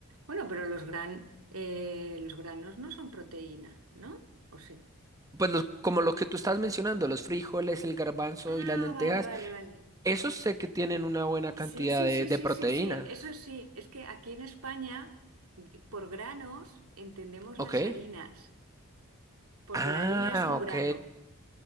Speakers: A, on the right (about 70°); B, on the right (about 15°).
A: Bueno, pero los gran, eh, los granos no son proteína, ¿no? ¿O sí?
B: Pues los- como lo que tú estás mencionando, los frijoles, el garbanzo
A: Ah,
B: y las lentejas,
A: vale, vale, vale.
B: Esos sé que tienen una buena cantidad
A: Sí, sí,
B: de,
A: sí,
B: de
A: sí,
B: proteína.
A: sí, sí. Eso sí, es que aquí en España, por granos, entendemos
B: Ok.
A: las harinas, porque
B: Ah,
A: la harina es un grano.
B: ok.